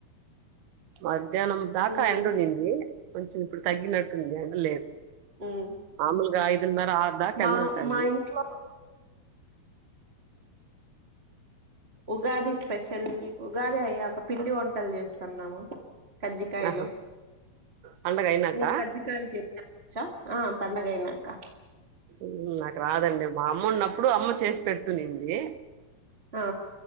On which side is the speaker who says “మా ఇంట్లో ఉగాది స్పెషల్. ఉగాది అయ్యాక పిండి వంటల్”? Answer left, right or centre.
Right